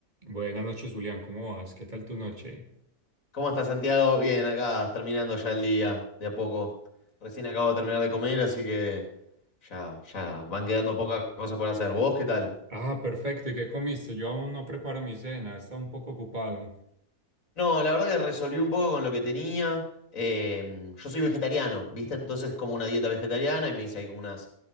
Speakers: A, on the right (about 25°); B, on the left (about 50°).
A: Buenas noches, Julián, ¿cómo vas? ¿Qué tal tu noche?
B: ¿Cómo estás, Santiago? Bien, acá terminando ya el día, de a poco. Recién acabo de terminar de comer, así que ya, ya van quedando pocas cosas por hacer. ¿Vos qué tal?
A: Ah, perfecto. ¿Y qué comiste? Yo aún no preparo mi cena, está un poco ocupado.
B: No, la verdad que resolví un poco con lo que tenía. Eh, yo soy vegetariano, ¿viste? Entonces como una dieta vegetariana y me hice ahí como unas,